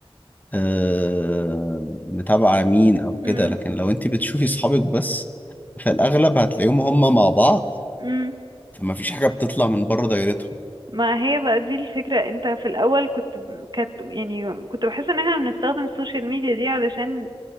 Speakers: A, on the left; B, on the right.
A: آه متابعه مين او كده
B: مم،
A: لكن لو انت بتشوفي صحابك بس فالاغلب هتلاقيهم هم مع بعض
B: مم.
A: فما فيش حاجة بتطلع من بره دايرتهم
B: ما هي بقى دي الفكرة انت في الأول كنت كانت يعني كنت بحس ان احنا بنستخدم السوشيال ميديا دي علشان